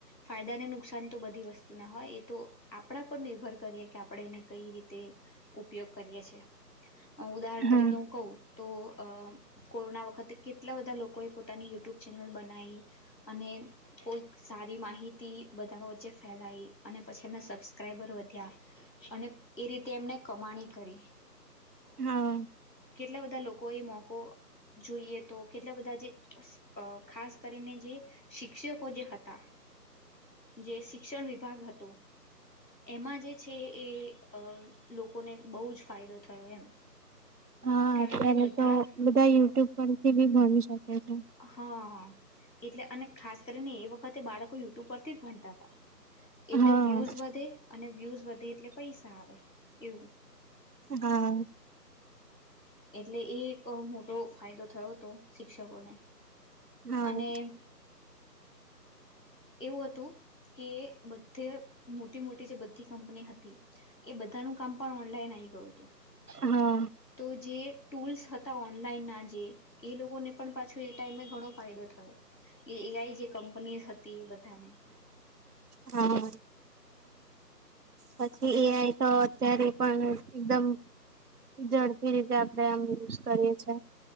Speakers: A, on the left; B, on the right.
A: ફાયદા ને નુકસાન તો બધી વસ્તુ ના હોય એ તો આપણા પર નિર્ભર કરીએ કે આપણે એને કઈ રીતે ઉપયોગ કરીએ છે ઉદાહરણ
B: હા
A: તરીકે હું કહું તો અ કોરોના વખતે કેટલા બધા લોકોએ પોતાની યુ યુટ્યુબ ચેનલ બનાવી અને કોઈક સારી માહિતી બધામાં વચ્ચે ફેલાવી અને પછી એમના સબસ્ક્રાઈબર વધ્યા અને એ રીતે એમને કમાણી કરી
B: હા
A: કેટલા બધા લોકો એ મોકો જોઈએ તો કેટલા બધા જે અ ખાસ કરીને જે શિક્ષકો જે હતા જે શિક્ષણ વિભાગ હતો એમાં જે છે એ લોકોને બહુ જ ફાયદો થયો એમ
B: હા
A: કારણ
B: અત્યારે
A: કે બધા
B: તો બધા યુટ્યુબ પર થી પણ ભણી શકે છે
A: હા એટલે અને ખાસ કરીને એ વખતે બાળકો ઉપરથી જ ભણતા તા એટલે
B: હા
A: વ્યુઝ વધે અને વ્યુઝ વધ એટલે પૈસા આવે એવું
B: હા
A: એટલે એ એક મોટો ફાયદો થયો તો શિક્ષકોને
B: હા
A: અને એવુ હતુ કે બધે મોટી મોટી જે બધી કંપની હતી એ બધાનું કામ પણ ઓનલાઈન આઇ ગયુ
B: હા
A: તો જે ટૂલ્સ હતા ઓનલાઈન ના જે એ લોકોને પણ પાછો એ ટાઈમે ઘણો ફાયદો થયો એ આઈ જે કંપનીઝ હતી એ બ તને
B: હા પછી
A: આ બોલો
B: એઆઈ તો અત્યારે પણ એકદમ ઝડપી રીતે આપણેે આમ યુઝ કરીએ છે